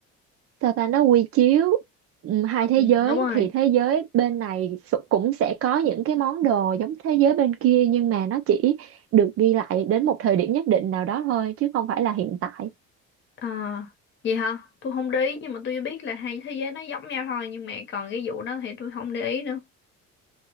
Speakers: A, on the right; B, on the left.
A: sao ta nó quy chiếu ừ, hai
B: Ừ,
A: thế giới
B: đúng rồi.
A: thì thế giới bên này s- cũng sẽ có những cái món đồ giống thế giới bên kia nhưng mà nó chỉ được ghi lại đến một thời điểm nhất định nào đó thôi chứ không phải là hiện tại
B: Ờ, vậy hả? Tôi không để ý nhưng mà tôi biết là hai thế giới nó giống nhau thôi nhưng mà còn cái vụ đó thì tôi không để ý nữa.